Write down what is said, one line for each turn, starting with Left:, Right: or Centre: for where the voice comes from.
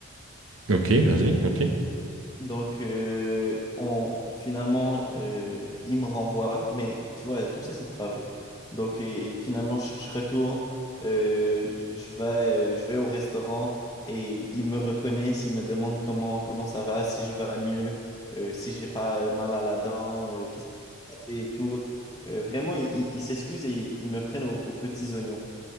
Right: Ok, vas-y, ok.
Left: Donc, euh, on, finalement, euh, il me renvoie, mais tu vois, tout ça, c'était pas vrai. Donc, et finalement, je, je retourne, euh, je je vais, euh, je vais au restaurant et ils me reconnaissent, ils me demandent comment, comment ça va, si je vais mieux, euh, si j'ai pas euh, mal à la dent, euh, qu'est-ce que j'ai fait et tout. Euh, vraiment, ils ils- ils s'excusent et ils me prennent aux aux petits oignons.